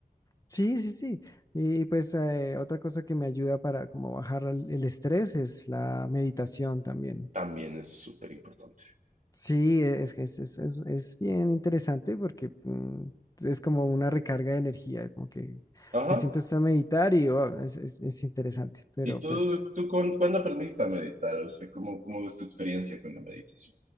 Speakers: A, on the left; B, on the right.
A: Sí, sí, sí. Y pues eh, otra cosa que me ayuda para como bajar el, el estrés es la meditación también.
B: También es súper importante.
A: Sí, e, es que es, es- es- es bien interesante porque mm, es como una recarga de energía, como que
B: Ajá,
A: te sientas a meditar y oh, es, es- es interesante. Pero
B: ¿Y tú,
A: pues
B: tú con- cuándo aprendiste a meditar? O sea, ¿cómo, cómo es tu experiencia con la meditación?